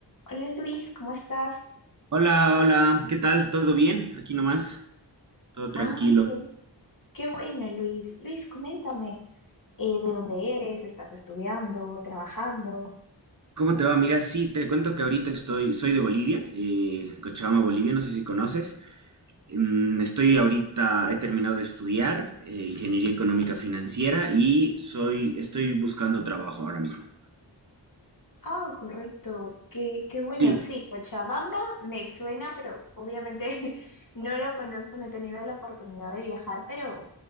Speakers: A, on the left; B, on the right.
A: Hola Luis, ¿cómo estás?
B: Hola, hola, ¿qué tal? ¿Todo bien? Aquí nomás, todo tranquilo.
A: Ah, qué, qué bueno Luis. Luis, coméntame, eh, ¿de dónde eres? ¿Estás estudiando? ¿Trabajando?
B: ¿Cómo te va? Mira, sí, te cuento que ahorita estoy, soy de Bolivia, eh, Cochabamba, Bolivia, no sé si conoces. Mm, estoy ahorita, he terminado de estudiar eh, Ingeniería Económica Financiera y soy, estoy buscando trabajo ahora mismo.
A: Ah, correcto, qué, qué bueno.
B: Sí,
A: Sí, Cochabamba me suena, pero obviamente <laughs> no lo conozco, no he tenido la oportunidad de viajar, pero